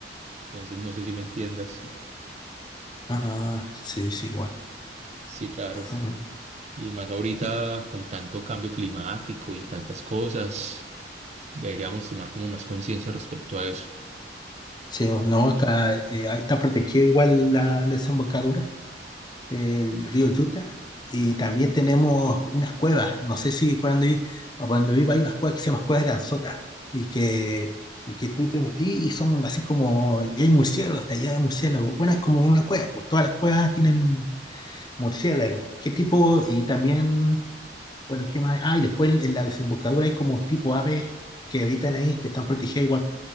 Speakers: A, on the right (about 40°); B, on the left (about 25°).
A: Entonces no sé si me entiendas.
B: Ah, sí, sí, igual.
A: Sí, claro.
B: Ah,
A: Y más ahorita
B: sí,
A: con tanto cambio climático y tantas cosas, deberíamos tomar como más conciencia respecto a eso.
B: sí, no, acá eh, ahí está protegido igual la, la desembocadura el río Yuta, y también tenemos unas cuevas. No sé si por donde, vi- a por donde vivo hay unas cuevas que se llaman cuevas de Anzota, y que, y que tú te metís y son así como, y hay murciélagos, está allá de murciélagos. Bueno, es como una cueva, pues todas las cuevas tienen murciélagos. ¿Qué tipo? Y también, bueno, ¿qué más? Ah, y después en, en la desembocadura hay como tipo aves que habitan ahí, que están protegidas igual.